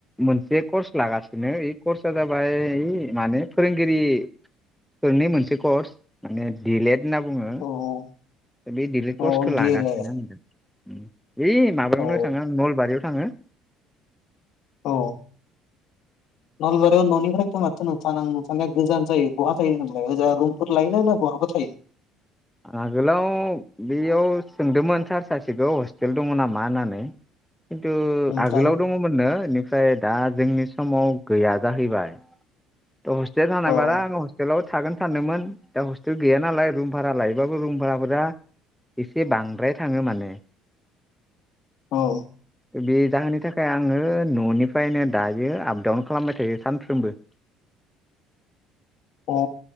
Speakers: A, in the centre; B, on the left (about 65°).
A: मोनसे कर्स लागासिनो इ कर्स आ जाबाय इ माने फोरोंगिरिफोरनि मोनसे कर्स माने डि एल एड‌। होनना बुङो।
B: औ औ
A: बे दि लेद
B: औ
A: कर्सखौ
B: डि
A: लागासिनो
B: एल ए
A: आंदों उम ओइ माबायावनो
B: औ
A: थाङो नलबारियाव थाङो
B: औ नलबारियाव ननिफ्रायथ' माथो नोथां नोथांनिया गोजान जायो बहा थायो नोंलाय ओजा रुमपुर लायोनाय ना बहाबा थायो?
A: आगोलाव बेयाव सोंदोंमोन सार सासेखौ हस्टेल दङ नामा होननानै खिन्थु
B: ओमफ्राय
A: आगोलाव दङमोननो इनिफ्राय दा जोंनि समाव गैया जाहैबाय हस्टेल थानायबारा
B: औ
A: आङो हस्टेलाव थागोन सानदोंमोन दा हस्टेल गैया नालाय रुम भारा लायो ओमबाबो रुम भाराफोरा एसे बांद्राय थाङो माने
B: औ
A: बे जाहोननि थाखाय आङो ननिफ्रायनो दायो आपडाउन खालामबाय थायो सानफ्रोमबो
B: अ